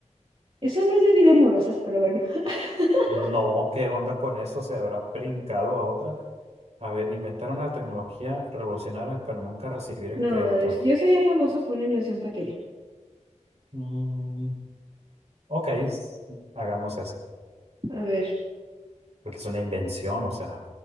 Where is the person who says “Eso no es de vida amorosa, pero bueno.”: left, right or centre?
Right